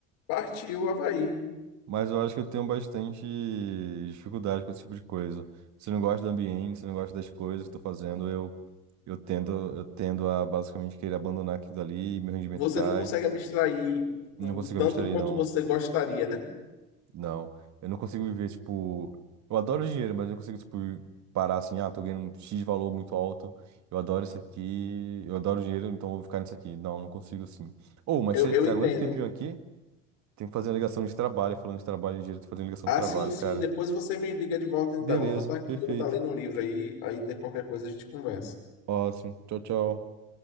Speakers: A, on the left; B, on the right.
A: partiu o Havaí.
B: Mas eu acho que eu tenho bastante dificuldade com esse tipo de coisa. Se eu não gosto do ambiente, se eu não gosto das coisas que eu tô fazendo, eu, eu tendo, eu tendo a basicamente querer abandonar aquilo ali, meu rendimento
A: Você
B: cai.
A: não consegue abstrair o
B: Não consigo
A: tanto
B: abstrair,
A: quanto
B: não.
A: você gostaria, né?
B: Não. Eu não consigo viver, tipo. Eu adoro dinheiro, mas eu não consigo, tipo, parar assim, ah, tô ganhando um X valor muito alto. Eu adoro isso aqui, eu adoro dinheiro, então eu vou ficar nisso aqui. Não, não consigo assim. Ou, mas
A: Eu,
B: você
A: eu
B: você
A: entendo.
B: aguenta um tempinho aqui? Tem que fazer uma ligação de trabalho, falando de trabalho em dinheiro, tem que fazer uma ligação
A: Ah,
B: de trabalho,
A: sim, sim.
B: cara.
A: Depois você me liga de volta, então.
B: Beleza,
A: Eu vou estar aqui,
B: perfeito.
A: eu vou estar lendo um livro aí, aí de qualquer coisa a gente conversa.
B: Ótimo. Tchau, tchau.